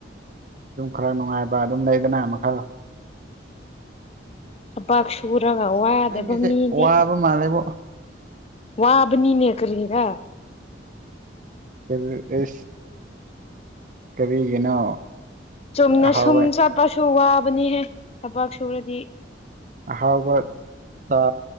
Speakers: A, on the right; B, on the left.
A: ꯑꯗꯨꯝ ꯈꯔ ꯅꯨꯡꯉꯥꯏꯕ ꯑꯗꯨꯝ ꯂꯩꯗꯅ ꯃꯈꯜ
B: ꯊꯕꯛ ꯁꯨꯔꯒ ꯋꯥꯗꯕ
A: ꯅꯪꯒꯤꯁꯦ
B: ꯃꯤꯗꯤ
A: ꯋꯥꯕ ꯃꯥꯜꯂꯦꯕꯣ
B: ꯋꯥꯕꯅꯤꯅꯦꯀꯦꯒ
A: ꯐ ꯑꯦ ꯀꯔꯤꯒꯤꯅꯣ
B: ꯆꯨꯝꯅ
A: ꯑꯍꯥꯎꯕ
B: ꯁꯨꯝ ꯆꯠꯄꯁꯨ ꯋꯥꯕꯅꯤꯍꯦ ꯊꯕꯛ ꯁꯨꯔꯗꯤ
A: ꯍꯥꯎꯕ ꯆ